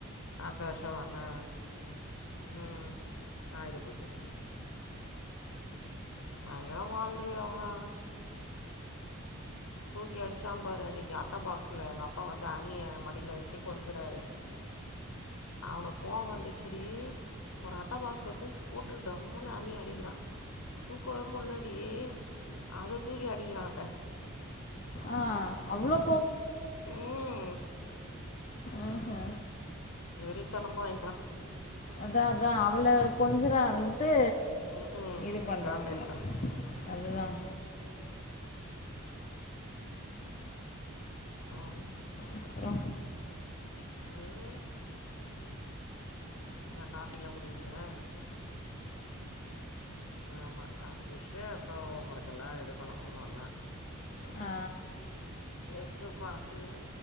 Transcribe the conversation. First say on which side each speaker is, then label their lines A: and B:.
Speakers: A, on the left (about 75°); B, on the left (about 35°).
A: அடுத்த வருஷம் ஆனா ம் ஆயுத பூஜைக்கு நங்க வாழ்றியோம்மா தூக்கி அடிச்சான் பாரு அன்னைக்கா ட பாக்ஸ்ல எங்க அப்பா வந்து அணிய மடில வச்சு கொஞ்சுறாரு அவனுக்கு கோவம் வந்துச்சுடி ஒரு அட்ட பாக்ஸ்ச தூக்கி போட்டு ரொம்முனு அனி அடிக்கிறான் தூக்கவே முள்ளடி அத தூக்கி அடிக்கிறான் அத
B: ஆஹ் அவ்ளோ
A: உம்
B: ஆஹ் ஹ
A: வெறித்தனமாயிட்டான்
B: அதான் அதான் அவள கொஞ்சுறாள் ட்டு
A: ம் ம்
B: இது பண்ணுறான்
A: காண்டாயிட்டான்
B: போல அதுதான்
A: ஆம்
B: அப்புற
A: உம் அ காபிலா குடிக்லையா ஆமா காஃபி குஷ்டு அப்புற ஹோம் ஒர்க்கெல்லா எடுக்கணு ஒன்னொன்ன
B: ஆ
A: எத்து பாத்து